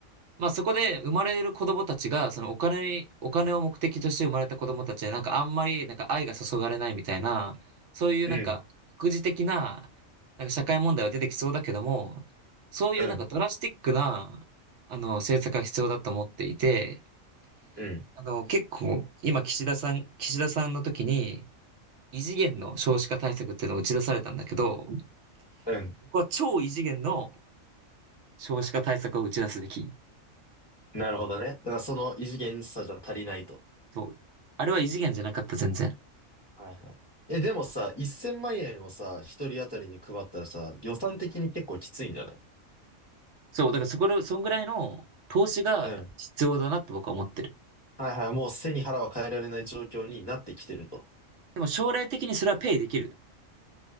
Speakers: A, on the right (about 70°); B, on the left (about 25°).
A: まあそこで生まれる子供たちが、そのお金に、お金を目的として生まれた子供たちは、なんかあんまり、なんか愛が注がれないみたいな、そういうなんか、
B: うん。
A: 副次的な、なんか社会問題は出てきそうだけども、そういうなんかドラスティックな、
B: うん。
A: あの、政策が必要だと思っていて、
B: うん。
A: あの、結構、今岸田さん、岸田さんの時に、異次元の少子化対策っていうのを打ち出されたんだけど、
B: うん。
A: ここは超異次元の少子化対策を打ち出すべき。
B: なるほどね。だからその異次元さじゃ足りないと。
A: そう。あれは異次元じゃなかった、全然。
B: はいはい。え、でもさ、1000万円をさ、一人当たりに配ったらさ、予算的に結構きついんじゃない
A: うんそう、だからそこら、そんぐらいの投資が必要だなって僕は思ってる。
B: うん。はいはい。もう背に腹は変えられない状況になってきてると。
A: うんでも将来的にそれはペイできる。